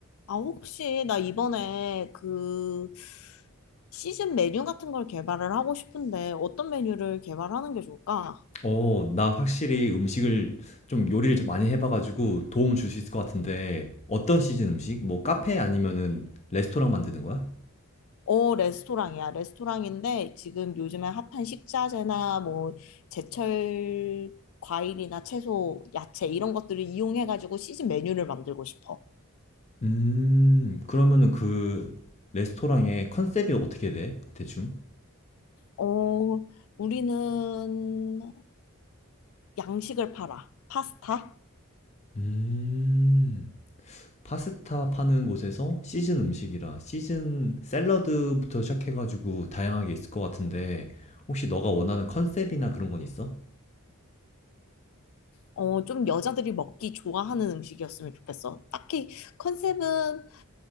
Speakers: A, on the left (about 65°); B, on the left (about 30°).
A: 아, 혹시 나 이번에 그 시즌 메뉴 같은 걸 개발을 하고 싶은데 어떤 메뉴를 개발하는 게 좋을까?
B: 어, 나 확실히 음식을 좀 요리를 좀 많이 해봐가지고 도움 줄 수 있을 것 같은데 어떤 시즌 음식? 뭐 카페 아니면은 레스토랑 만드는 거야?
A: 어, 레스토랑이야. 레스토랑인데 지금 요즘에 핫한 식자재나 뭐 제철 과일이나 채소, 야채 이런 것들을 이용해가지고 시즌 메뉴를 만들고 싶어.
B: 음, 그러면은 그 레스토랑의 컨셉이 어떻게 돼? 대충?
A: 어, 우리는 양식을 팔아. 파스타?
B: 음, 파스타 파는 곳에서 시즌 음식이라 시즌 샐러드부터 시작해가지고 다양하게 있을 것 같은데 혹시 너가 원하는 컨셉이나 그런 건 있어?
A: 어, 좀 여자들이 먹기 좋아하는 음식이었으면 좋겠어. 딱히 컨셉은